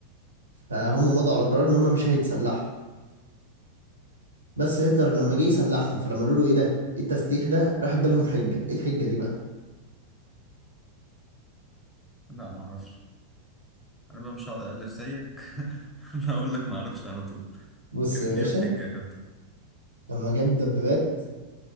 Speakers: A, on the right (about 80°); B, in the centre.
A: فهم مضوا على قرار إن هم مش هيتسلحوا بس هتلر لما جه يسلحهم فلما قالوا له ايه ده ايه التسليح ده راح ادالهم حجة ايه الحجة دي بقى
B: لا معرفش أنا بقى مش هقعد ألف زيك <laughs> أنا هقول لك معرفش على طول
A: بص
B: كانت
A: يا باشا
B: إيه الحجة يا كابتن؟
A: لما جاب دبابات